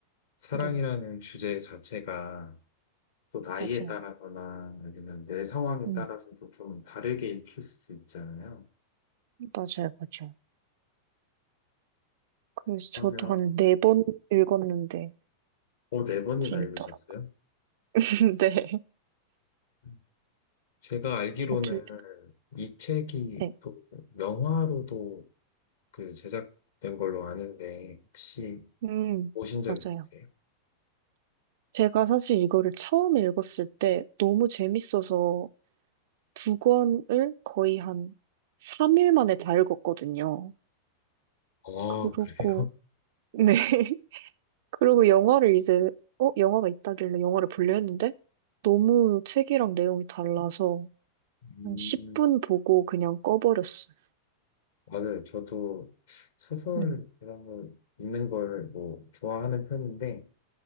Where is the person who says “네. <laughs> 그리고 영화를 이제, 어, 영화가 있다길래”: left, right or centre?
Right